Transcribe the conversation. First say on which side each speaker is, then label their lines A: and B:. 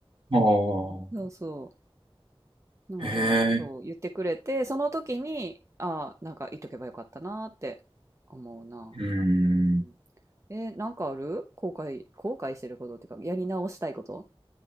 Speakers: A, on the right; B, on the right.
A: あ、
B: そうそう。まあでもそう言ってくれて、
A: へえ、
B: その時に、ああ、なんか言っとけばよかったなって思うな。
A: うん。
B: うんえー、なんかある後悔、後悔してることっていうか、やり直したいこと